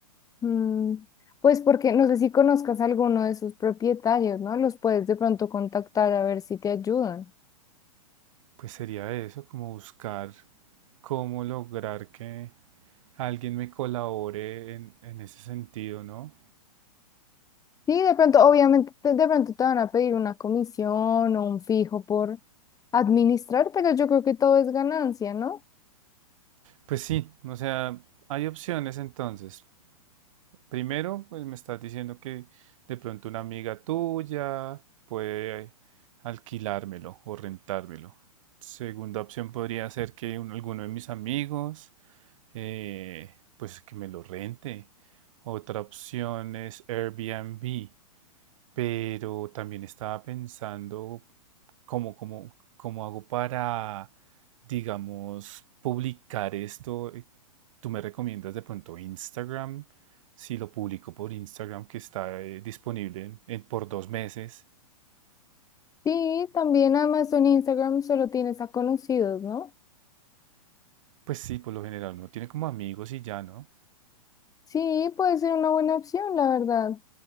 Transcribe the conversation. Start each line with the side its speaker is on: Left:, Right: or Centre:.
Left: Mm, pues porque no sé si conozcas a alguno de sus propietarios, ¿no? Los puedes de pronto contactar a ver si te ayudan.
Right: Pues sería eso, como buscar cómo lograr que alguien me colabore en, en ese sentido, ¿no?
Left: Sí, de pronto, obviamente, te- de pronto te van a pedir una comisión o un fijo por administrar, pero yo creo que todo es ganancia, ¿no?
Right: Pues sí, o sea, hay opciones entonces. Primero, pues me estás diciendo que de pronto una amiga tuya puede alquilármelo o rentármelo. Segunda opción podría ser que un- alguno de mis amigos, eh, pues que me lo rente. Otra opción es Airbnb pero también estaba pensando cómo, cómo, cómo hago para, digamos, publicar esto. Eh, ¿Tú me recomiendas de pronto Instagram? Si lo publico por Instagram, que está eh, disponible en- en- por dos meses,
Left: Sí, también además en Instagram solo tienes a conocidos, ¿no?
Right: pues sí, por lo general uno tiene como amigos y ya, ¿no?
Left: Sí, puede ser una buena opción, la verdad.